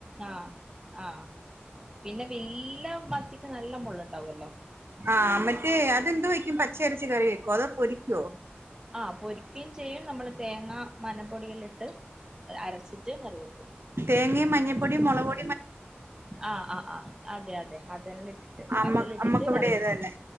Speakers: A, on the right; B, on the right.
A: ആഹ് ആഹ് പിന്നെ വെല്യ മത്തിക്ക് നല്ല മൂള്ളുണ്ടാവുല്ലോ
B: ആഹ് മറ്റേ അതെന്ത് വെക്കും പച്ചയരച്ച് കറി വെക്കോ അതോ പൊരിക്കൊ
A: ആഹ് പൊരിക്കേം ചെയ്യും നമ്മള് തേങ്ങ മഞ്ഞപ്പൊടികളിട്ട് അരച്ചിട്ട് കറി വെക്കും
B: തേങ്ങേം മഞ്ഞൾപ്പൊടിം മൊളക് പൊ
A: ആഹ് ആഹ് ആഹ് അതെ അതെ അതെല്ലാം ഇട്ടിട്ട്
B: അമ്മ
A: അതെല്ലാം ഇട്ടിട്ട്
B: അമ്മക്കിവിടെ
A: കറി വെക്കും
B: ഇത് തന്നെ